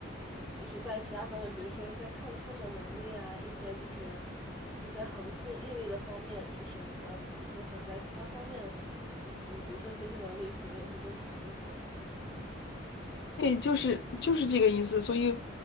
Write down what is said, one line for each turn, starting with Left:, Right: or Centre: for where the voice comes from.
Centre: 就是在其他方面，比如说一些抗挫折能力啊，一些就是这些恒心毅力的方面，就是也比较强。他们可能在其他方面，嗯，比如说学习能力，可能也会更强一些。
Left: 对，就是就是这个意思，所以，